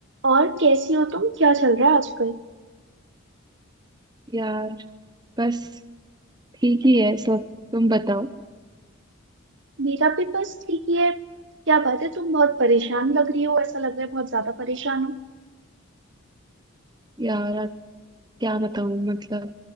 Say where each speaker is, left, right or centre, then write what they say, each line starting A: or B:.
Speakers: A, on the right; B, on the right.
A: और कैसी हो तुम क्या चल रहा है आजकल
B: यार बस ठीक ही है सब तुम बताओ
A: मेरा भी बस ठीक ही है क्या बात है तुम बहुत परेशान लग रही हो ऐसा लग रहा है बहुत ज्यादा परेशान हो
B: यार आज क्या बताऊं मतलब